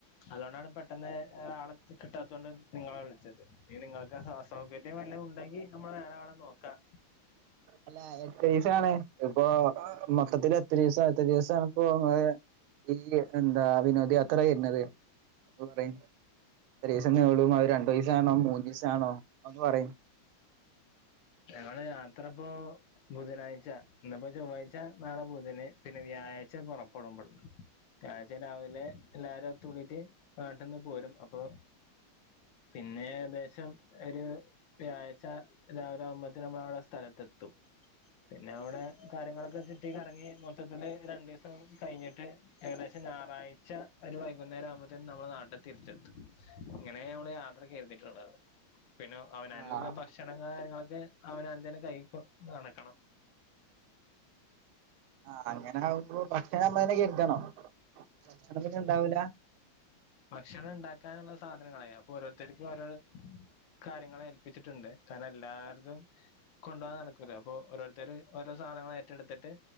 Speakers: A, on the left (about 70°); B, on the right (about 85°).
A: അത് കൊണ്ടാണ് പെട്ടെന്ന് ആള കിട്ടാത്തൊണ്ട് ഇങ്ങളെ വ്ൾച്ചത് ഇനി നിങ്ങൾക്ക് അസൗകര്യം വല്ല ഉണ്ടെങ്കി ന്നമ്മള് വേറെ ആളെ നോക്കാം.
B: അല്ലാ എത്രീസാണ് ഇപ്പൊ മൊത്തത്തില് എത്രീസം എത്ര ദിവസാണ് പ്പൊ ഇങ്ങള് ഇല്ല്യ എന്താ വിനോദയാത്ര വര്നത് അത് പറയൂ. എത്രീസം നീളും അത് രണ്ടീസാണോ മൂന്നീസാണോ അതൊന്ന് പറയു.
A: ഞങ്ങടെ യാത്രപ്പോ ബുധനാഴ്ച ഇന്ന്പ്പോ ചൊവ്വാഴ്ച നാളെ ബുധന് പിന്നെ വ്യാഴാഴ്ച പൊറപ്പെടും ബട്ന്ന്. ഞായറാഴ്ച രാവിലെ എല്ലാരും ഒത്തൂടീട്ട് ന്നാട്ട്ന്ന് പോരും അപ്പൊ പിന്നെ ഏകദേശം ഒര് വ്യാഴാഴ്ച രാവിലാവുമ്പത്തിനമ്മള അവടെ സ്ഥലത്തെത്തും. പിന്നെ അവടെ കാര്യങ്ങളൊക്കെ ചുറ്റിക്കറങ്ങി മൊത്തത്തില് രണ്ടീസം കയ്ഞ്ഞിട്ട് ഏകദേശം ഞാറാഴ്ച്ച ഒരു വൈകുന്നേര ആവുംമ്പത്തിന് ന്നമ്മള് ന്നാട്ട് തിരിച്ചെത്തും ഇങ്ങനെ ന്നമ്മള് യാത്ര കര്തീട്ട്ള്ളത്. പിന്നെ അവനവ്ന്ള്ള
B: ആഹ്
A: ഭക്ഷണ കാര്യങ്ങളൊക്കെ അവനാംന്തന്നെ കൈക്കും നടക്കണം.
B: ആഹ് അങ്ങനെ ആവുംമ്പോ ഭക്ഷണം ഞമ്മളെന്നെ കെര്തണോ ഭക്ഷണം പിന്നെണ്ടാവൂല?
A: ഭക്ഷണം ഇണ്ടാക്കാന്ള്ള സാധനങ്ങളേ അപ്പൊ ഓരോര്ത്തർക്കും ഓരോരോ കാര്യങ്ങൾ ഏൽപ്പിച്ചിട്ട്ണ്ട് കാര്ണം എല്ലാര്തും കൊണ്ടൊവാ നടക്കൂലാ അപ്പൊ ഓരോര്ത്തര് ഓരോ സാനങ്ങള് ഏറ്റെട്ത്ത്ട്ട്